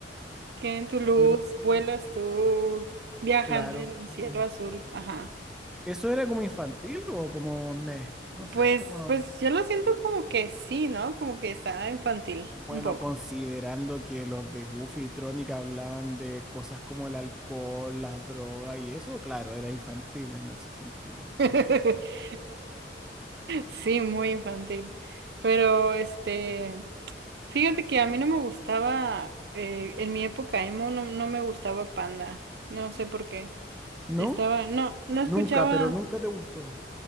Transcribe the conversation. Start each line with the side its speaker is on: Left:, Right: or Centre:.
Right: que en tu luz
Centre: siento,
Right: vuelas tú, viajando
Centre: claro.
Right: en
Centre: mm.
Right: un cielo azul. Ajá.
Centre: Eso era como infantil o como me, no sé,
Right: Pues,
Centre: como.
Right: pues yo lo siento como que sí, ¿no? Como que está infantil,
Centre: Bueno,
Right: un poco.
Centre: considerando que los de Goofy y Tronic hablaban de cosas como el alcohol, las drogas y eso, claro, era infantil en ese sentido, Kudai.
Right: <laughs> Sí, muy infantil. Pero este, fíjate que a mí no me gustaba, eh, en mi época emo no, no me gustaba Panda. No sé por qué.
Centre: ¿No?
Right: Estaba, no, no escuchaba.
Centre: Nunca, pero nunca te gustó.